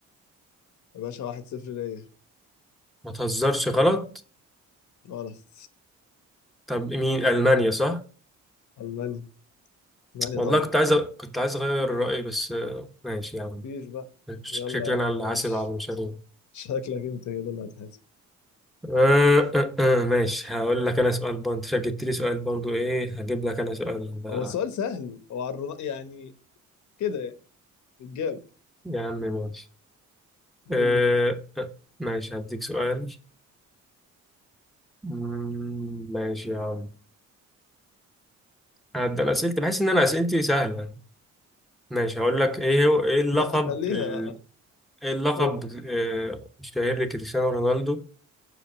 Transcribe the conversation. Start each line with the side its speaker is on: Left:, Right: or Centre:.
Left: يا باشا واحد صفر ليا
Centre: ما تهزرش غلط
Left: غلط
Centre: طب مين المانيا صح
Left: ألمانيا ألمانيا
Centre: والله
Left: طبعا
Centre: كنت عايز أ- كنت عايز اغير رايي بس آه، ماشي يا عم
Left: مفيش بقى
Centre: ش-
Left: يلا
Centre: شكلنا
Left: يا عم
Centre: اللي
Left: ماشي
Centre: حاسب على المشاريع
Left: <laughs> شكلك انت كده اللي هتحاسب
Centre: آه آه آه ماشي هقول لك انا سؤال برضه انت جبت لي سؤال برضه ايه هجيب لك انا سؤال آه،
Left: هو السؤال سهل هو على الرنا- يعني كده يعني الجاب
Centre: يا عم ماشي آه
Left: قول لي يلا
Centre: آه ماشي هديك سؤال مم، ماشي يا عم هبدأ اسئلتي بحس ان انا اسئلتي سهلة ماشي هقول لك ايه هو ايه اللقب
Left: لا خليها
Centre: ال... ايه اللقب
Left: قول
Centre: آه الشهير لكريستيانو رونالدو